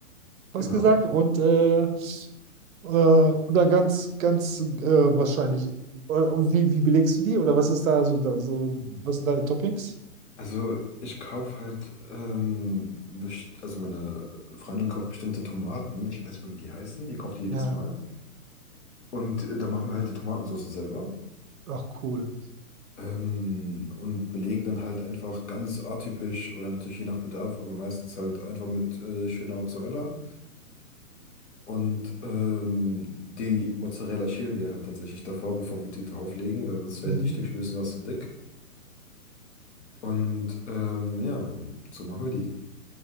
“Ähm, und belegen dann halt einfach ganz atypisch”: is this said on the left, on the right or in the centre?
Left